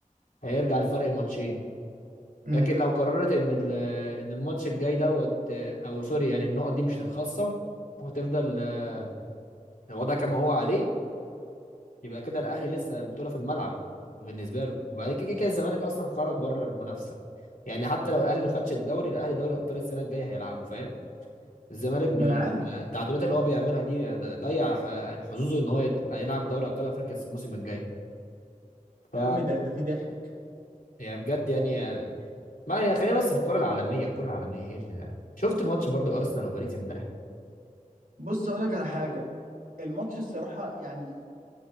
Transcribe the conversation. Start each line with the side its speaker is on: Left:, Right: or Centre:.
Left: هيرجع لفرق ماتشين
Right: امم
Left: لكن لو قررت ان ال- آه، ان الماتش الجاي دوت آه، او سوري يعني النقط دي مش تتخصم وهتفضل آه، الوضع كما هو عليه يبقى كده الاهلي لسه البطوله في الملعب بالنسبه له وبعد كده كده الزمالك اصلا خرج بره المنافسه يعني حتى لو الاهلي ما خدش الدوري الاهلي دوري ابطال السنه الجايه هيلعبه فاهم الزمالك بالتعادلات
Right: ما انا عارف
Left: اللي هو بيعملها دي ضيع ح- يعني حظوظه ان هو يبقى يلعب دوري ابطال افريقيا الموسم الجاي ف
Right: يا عم ده ده في ضحك
Left: يعني بجد يعني ما يعني خلينا بس في الكره العالميه الكره العالميه هي اللي شفت ماتش برضو ارسنال وباريس امبارح
Right: بص اقول لك على حاجه الماتش الصراحه يعني